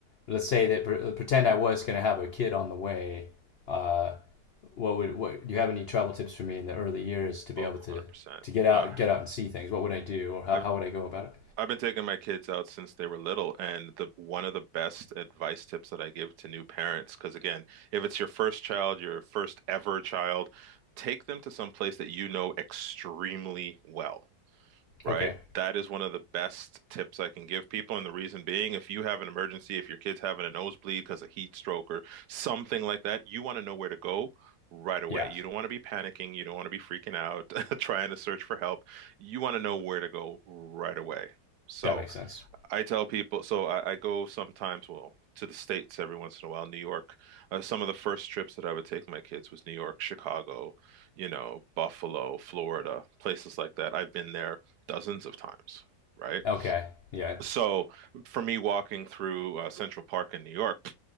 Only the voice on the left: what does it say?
let's say that pre- pretend I was going to have a kid on the way. Uh, what would what do you have any travel tips for me in the early years to be
able
to to get out
get out and see things? What would I do or how,
how would I go about it?
Okay,
yeah,
that makes sense.
Okay. Yeah.